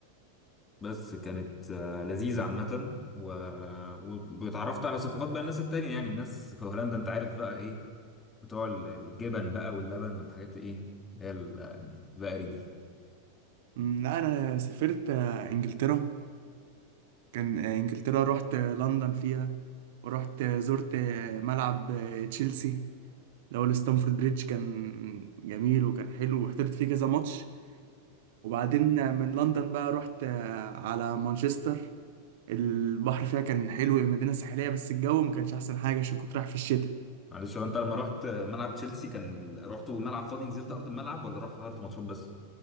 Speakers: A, on the left (about 20°); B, on the right (about 65°).
A: بس كانت آه، لذيذة عامة و... واتعرفت على ثقافات بقى الناس التانية يعني الناس في هولندا أنت عارف بقى إيه بتوع ال- الجبن بقى واللبن والحاجات إيه اللي هي البقري دي
B: أمم، لا انا سافرت آه، انجلترا كان آه، انجلترا رحت آه، لندن فيها ورحت آه، زرت آه، ملعب آه، تشيلسي الأول ستانفورد بريدج كان جميل وكان حلو واحترت فيه كذا ماتش وبعدين من لندن بقى رحت آه، على مانشستر البحر فيها كان حلو المدينة ساحلية بس الجو ما كانش أحسن حاجة عشان كنت رايح في الشتاء
A: معلش هو انت لما رحت ملعب تشيلسي كان ال... رحتوا ملعب فاضي نزلت ارض الملعب ولا رحت حضرت ماتشات بس؟